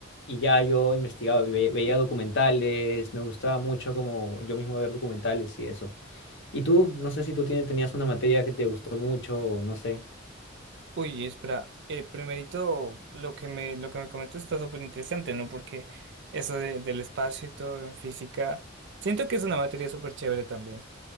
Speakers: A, on the left; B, on the right.
A: Y ya yo investigaba, ve- veía documentales, me gustaba mucho como yo mismo ver documentales y eso. ¿Y tú? No sé si tú tienes- tenías una materia que te gustó mucho o no sé.
B: Uy, espera, eh, primerito, lo que me, lo que me comentas está súper interesante, ¿no? Porque eso de- del espacio y todo en física, siento que es una materia súper chévere también.